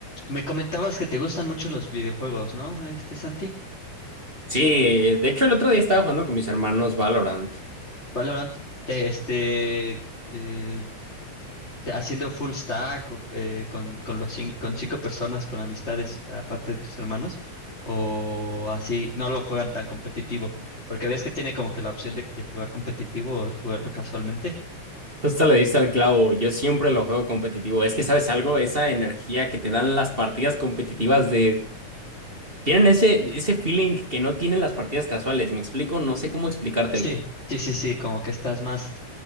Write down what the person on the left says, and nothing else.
Me comentabas que te gustan mucho los videojuegos, ¿no? Este Santi,
Valorant, Te- este, eh, te- haciendo full stack o, eh, con, con los cin- con cinco personas, con amistades, aparte de tus hermanos, o así, no lo juegan tan competitivo, porque ves que tiene como que la opción de, de jugar competitivo o de jugarlo casualmente.
Sí, sí, sí, sí, como que estás más